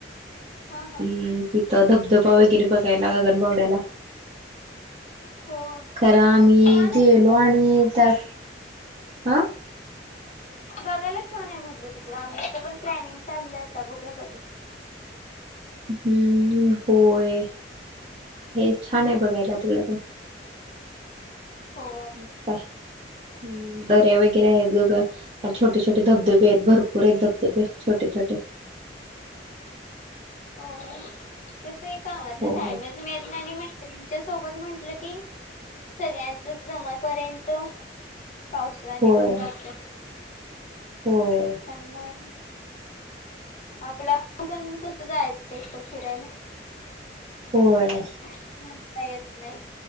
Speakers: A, on the left (about 45°); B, on the right (about 30°).
A: हा.
B: हम्म
A: हा.
B: तिथं धबधबा वगैरे बघायला गगनबावड्याला,
A: हो
B: खरं आम्ही
A: छान आहे
B: गेलो
A: तिकडं
B: आणि त्यात.. आं
A: बघायला छान आहे म्हटलं तिकडं, आमचं पण प्लॅनिंग चाललंय आता बघुया कधी
B: हं होय, हे छान आहे, बघायला तिकडंपण.
A: हो
B: मस्त आहे हं दर्या वगैरे आहेत गग आन छोटे -छोटे धबधबे आहेत, भरपूर आहेत धबधबे छोटे छोटे
A: हो..., कसाय कामातनं
B: हो
A: टाइमच
B: हो
A: मिळत नाय आणि मैत्रीणच्या सोबत म्हंटलं की, सगळ्यांच जमपर्यंत पावसाळा
B: होय
A: निघून जातोय
B: होय
A: त्यामुळे आपला आपण कसं जायचं ते, एकटं फिरायला.
B: होय
A: म्हणता येत नाही